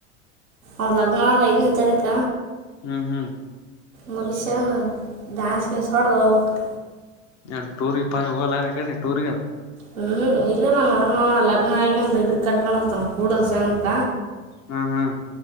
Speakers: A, on the right (about 90°); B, on the left (about 40°).
A: ಅವ ಲಗ್ನ ಐದನೇ ತಾರೀಕ
B: ಹ್ಮ್ ಹ್ಮ್
A: ಮುಗಿಸೆಂಡು ಡ್ಯಾನ್ಸ್ ಗಿನ್ಸ್ ಹೊಡೆದು ಹೋಗಬೇಕು
B: ನನ್ ೂರಿ ಪ ಹೋಗಲ್ಲ ಕಡೆ ೂರಿಗೆ
A: ಹ್ಮ್ ಇಲ್ಲೇ ನಮ್ಮ್ ಮಾಡೋಣ ಲಗ್ನ ಆಗಿಂದ ಇದಕ್ ಕರ್ಕೊಂಡ ಕೂಡ ಸಂತ
B: ಹ್ಮ ಹ್ಮ್